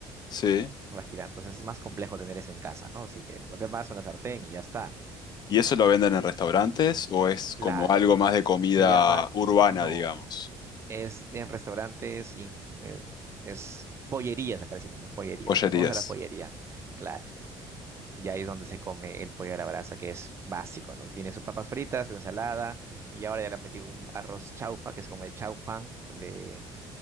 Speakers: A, on the left; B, on the right.
A: sí.
B: va girando. Entonces es más complejo tener eso en casa, ¿no? Así que los demás son la sartén y ya está, ¿no?
A: ¿Y eso lo venden en restaurantes o es
B: Claro,
A: como algo más de comida
B: se llama,
A: urbana,
B: no,
A: digamos?
B: es en restaurantes y en, eh, es pollerías, acá decimos, ¿no? Pollerías.
A: Pollerías.
B: Vamos a la pollería, claro. Y ahí es donde se come el pollo a la brasa, que es básico, ¿no? Tiene sus papas fritas, su ensalada, y ahora ya le han metido un arroz chaufa, que es como el chaufán de,